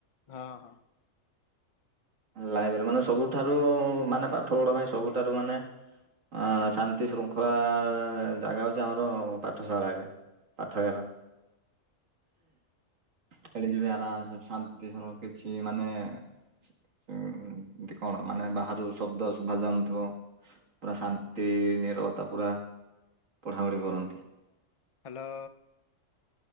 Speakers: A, on the left; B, on the right.
A: ହଁ ହଁ।
B: ଲାଇବ୍ରେରୀ ମାନେ ସବୁଠାରୁ ମାନେ ପାଠ ପଢା ପାଇଁ ସବୁଠାରୁ ମାନେ ଆଁ ଶାନ୍ତି ଶୃଙ୍ଖଳା ଜାଗା ହୋଉଚି ଆମର ପାଠଶାଳା ଆଗେ। ପାଠଗାର। ସେଠି ଯିବେ ଆରାମ୍ ସେ ଶାନ୍ତି ସବୁ କିଛି ମାନେ ହୁଁ। ହୁଁ ଏମିତି କଣ ମାନେ ବାହାରୁ ଶବ୍ଦ ଶୁଭାଯାଉନଥିବ। ପୁରା ଶାନ୍ତି ନିରବତା ପୁରା ରା ପଢ଼ାପଢ଼ି କରନ୍ତି।
A: ହାଲୋ।